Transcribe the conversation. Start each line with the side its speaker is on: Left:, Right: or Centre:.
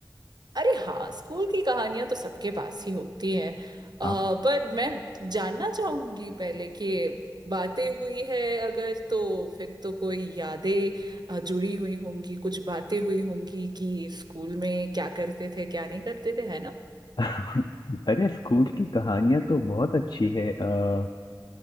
Right: अरे हाँ स्कूल की कहानियां तो सबके पास ही होती हैं अ,
Left: हाँ
Right: पर मैं जानना चाहूंगी पहले कि बातें हुई है अगर तो फिर तो कोई यादें अ, जुड़ी हुई होंगी कुछ बातें हुई होंगी कि स्कूल में क्या करते थे क्या नहीं करते थे है ना
Left: <laughs> अरे स्कूल की कहानियां तो बहुत अच्छी है अ,